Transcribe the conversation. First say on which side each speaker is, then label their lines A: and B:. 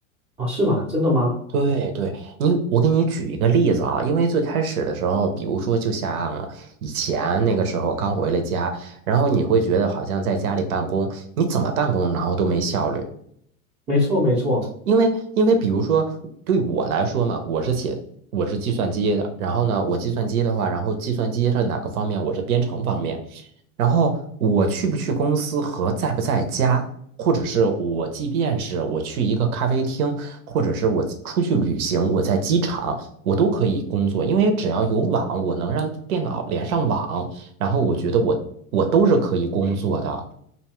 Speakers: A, on the right; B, on the right.
A: 啊，是吗？真的吗？
B: 对对，你我给你举一个例子啊，因为最开始的时候，比如说就像以前那个时候刚回了家，然后你会觉得好像在家里办公，你怎么办公然后都没效率，
A: 没错，没错。
B: 因为因为比如说对我来说嘛，我是写我是计算机的，然后呢，我计算机的话，然后计算机是哪个方面？我是编程方面，然后我去不去公司和在不在家，或者是我即便是我去一个咖啡厅，或者是我出去旅行，我在机场，我都可以工作，因为只要有网，我能让电脑连上网，然后我觉得我我都是可以工作的，